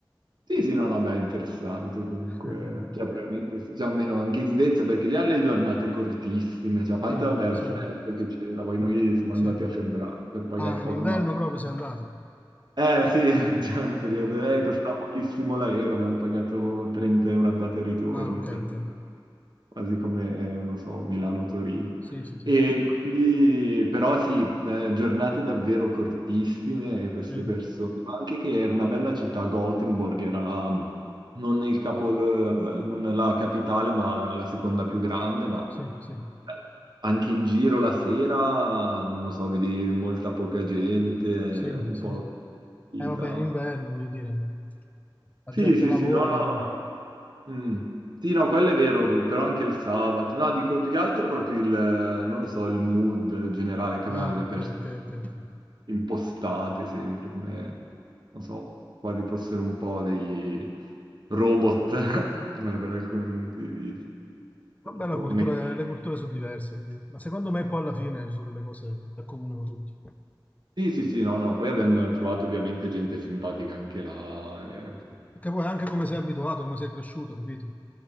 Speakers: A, on the right (about 55°); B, on the left (about 15°).
A: Sì, sì, no, no, beh, è interessante comunque.
B: <laughs>
A: Cioè, probabilmente sì. Cioè, almeno anche in Svezia, perché lì hanno le giornate cortissime. Cioè, a parte,
B: Sì,
A: vabbè, il
B: sì,
A: freddo che c'era. Poi noi siamo
B: sì.
A: andati a febbraio per pagare
B: Ah,
A: poco,
B: in inverno
A: ma...
B: proprio sei andato.
A: Eh, sì, <laughs> cioè, periodo...
B: Ah,
A: Eh, costava pochissimo l'aereo. Abbiamo pagato 30 euro andata e ritorno.
B: ah, ok,
A: dai.
B: ok.
A: quasi come, eh, non so, Milano-Torino.
B: Sì, sì, sì,
A: E
B: sì.
A: quindi, però sì, da- giornate davvero cortissime eh, queste
B: Sì,
A: persone, ma anche che era una bella città, Gothenburg era la, non il capol, non la capitale, ma la seconda più grande, ma
B: sì, sì,
A: eh, anche in giro la sera, non so, vedi molta poca gente, un
B: sì, sì.
A: po'... vita.
B: Eh, vabbè, in inverno, voglio dire, la
A: Sì,
B: gente
A: sì,
B: lavora.
A: sì, no,
B: dove-
A: no, no. Mm. Sì, no, quello è vero, però anche il sabato. No, dico più che altro proprio il, non lo so, il mood generale che
B: Ah,
A: avevano le
B: ok,
A: persone
B: ok, ok, ok.
A: impostate sempre, come, non so, quasi fossero un po' dei robot, <laughs> per alcuni punti di vista.
B: Vabbè,
A: Tipo,
B: la cultura,
A: me-
B: le culture sono diverse, capito? Ma secondo me poi alla fine ci sono delle cose che accomunano tutti.
A: Sì, sì, sì, no, no, poi abbiamo trovato ovviamente gente simpatica anche là. eh.
B: Perché poi anche come sei abituato, come sei cresciuto, capito?